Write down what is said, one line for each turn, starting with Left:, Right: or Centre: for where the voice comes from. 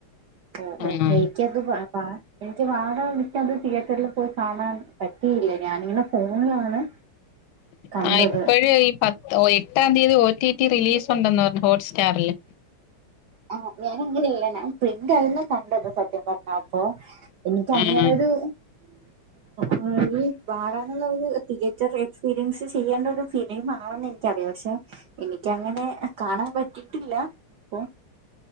Right: ഓ
Left: ആഹ്
Right: ഒക്കെ ഇക്ക്യന്ത് വാഴ എനിക്ക് വാഴ എനിക്ക്ത് തിയേറ്ററിൽ പോയി കാണാൻ പറ്റിയില്ല. ഞാനിങ്ങനെ ഫോണിലാണ്.
Left: <inaudible>
Right: കണ്ടത്
Left: ആഹ് ഇപ്പഴ് ഈ പത്ത് ഒ എട്ടാം തീയതി ഒ ടി ടി റിലീസ് ഉണ്ടെന്ന് പറ്ഞ്ഞു ഹോട്ട് സ്റ്റാറില്.
Right: ആഹ് ഞാന അങ്ങനെയല്ലേ ഞാൻ പ്രിന്റാ ഇര്ന്ന് കണ്ടത് സത്യം പറ്ഞ്ഞ അപ്പോ. എനിക്ക് അങ്ങനെരു
Left: ആഹ്
Right: ആഹ് ഈ പാടനുള്ള ഒരു തിയേറ്റർ. എക്സ്പീരിയൻസ് ചെയ്യേണ്ട ഒരു ഫിലിം ആണെന്ന് എനിക്കറിയ പക്ഷേ. എനിക്കങ്ങനെ കാണാൻ പറ്റിട്ടില്ല അപ്പോ.